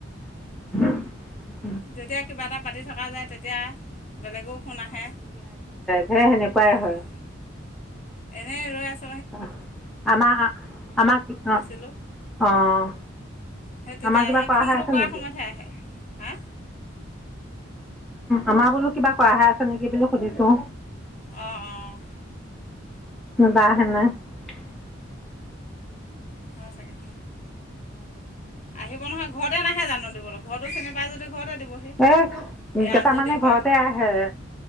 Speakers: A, in the centre; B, on the left (about 35°).
A: <unintelligible>
B: যেতিয়া কিবা এটা পাতি থকা যায় তেতিয়া বেলেগও ফোন আহে।
A: হে সেনেকুৱাই
B: অঁ
A: হয়।
B: এনেই ৰৈ আছ
A: অ', আমা হাহ, আমা কি,
B: দিছিলোঁ
A: অ', অ'।
B: সেই তেতিয়া
A: আমাৰ কিবা
B: সেই
A: কৰা
B: ফোনটো
A: হৈ আছে
B: কৰাৰ
A: নেকি
B: সময়তহে আহে। হা?
A: আমাৰ বোলো কিবা কৰাহে আছে নেকি বুলি সুধিছো।
B: অ', অ'।
A: <unintelligible>
B: হয় চাগেহ আহিব নহয়, ঘৰতে নাহে জানো দিবলৈ? ঘৰত টো চিনি পাই যদি ঘৰতে দিবহি
A: এ
B: ইয়াত
A: কেইটামানে
B: যদি হয়
A: ঘৰতে আহে